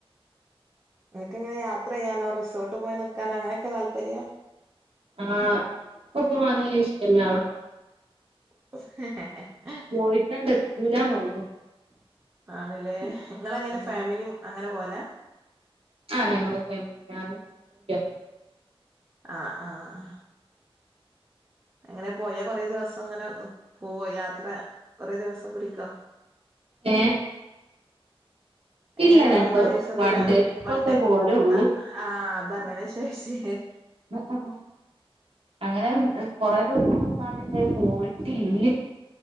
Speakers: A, on the right (about 25°); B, on the right (about 75°).
A: ങ്ങൾക്കങ്ങന യാത്ര ചെയ്യാനോ റിസോർട്ട് പോയ്നിക്കാനോ അങ്ങനൊക്കെ താല്പര്യാ?
B: ആഹ് പ്പൊ പൊവാന ഇഷ്ടല്ല.
A: <inaudible>
B: പോയിട്ടണ്ട് എത്തൂലാനൊള്ളു.
A: ആണ്ല നിങ്ങളെങ്ങനെ ഫാമിലി
B: ആ
A: അങ്ങനെ പോവല.
B: ആഹ് ഞങ്ങള് ഫാമിലി. ഞാനും കുട്യാളും.
A: ആഹ് ആഹ് ആഹ് അങ്ങനെപോയാ കൊറെദിവസം ങ്ങനെ ന്ന് പോവോയാത്രകൊറേ ദിവസംപിടിക്കോ?
B: ഏഹ്
A: എങ്ങനെ
B: ഇല്ല
A: രണ്ട്
B: ഞങ്ങള്
A: മൂന്നാല് ദിവസത്തിനാ
B: വണ്ടേട്രിപ്പൊക്കെ
A: വൺഡേ
B: പോരൊള്ളൂ.
A: ആ ആ അതങ്ങനെ ചോയിച്ചേ
B: ന്ന് അഹ് അങ്ങനെ എ കൊറെ ദിവസംമുന്പാന്ന് പോയിട്ടില്ലേ